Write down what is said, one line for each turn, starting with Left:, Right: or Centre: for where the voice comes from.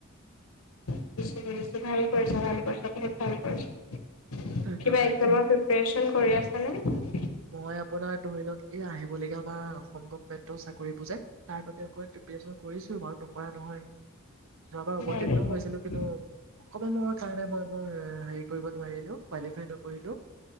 Left: শুনিছোঁ -শুনিছোঁ, ভাল কৰিছা', -ভাল কৰিছা, বহুত ভাল কৰিছা।
Right: ধন্যবাদ
Left: কিবা এক্সামৰ
Right: দেই
Left: প্ৰিপাৰচন কৰি আছ নে?
Right: মই আপোনাৰ ধৰি লক, - এই আহিবলগীয়া বাৰ, গভৰ্মেণ্টও চাকৰি বুজে তাৰ বাবে অক প্ৰিপ্যেৰেচন কৰিছো ঘৰত কৰা নহয় যোৱা বাৰ অৱতীৰ্ণ
Left: ভালে কৰিছা।
Right: হৈছিলো, কিন্তু অকমানৰ কাৰণে মই, মই হেৰি কৰিব নোৱাৰিলো কোৱালিফাই নকৰিলো